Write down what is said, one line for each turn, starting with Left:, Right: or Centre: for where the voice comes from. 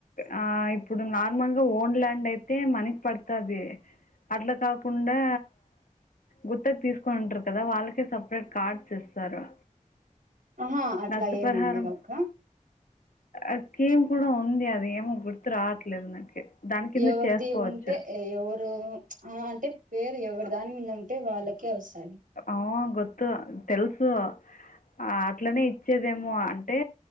Left: ఆ ఇప్పుడు నార్మల్గా ఓన్ ల్యాండ్ అయి తే మనకి పడుతాది అట్ల కాకుం ఆ గుత్త తీసుకునుంటరు కదా వాళ్ళకే సపరేట్ కార్డ్స్ ఇస్తారు
Right: ఆహా అట్లా
Left: నష్టపరిహారం
Right: ఏమి ఉండదక్క
Left: <inaudible> స్కీమ్ కూడా ఉంది అది ఏమో గుర్తు రావట్లేదు నాకి దాని కింద
Right: ఎవరిది
Left: చేసుకోవచ్చు
Right: ఉంటే ఎవరు అంటే పేరు ఎవరి దాని మీద ఉంటే వాళ్ళకే వస్తది
Left: అ గుర్తు తెలుసు ఆ అట్లనే వచ్చేదేమో అంటే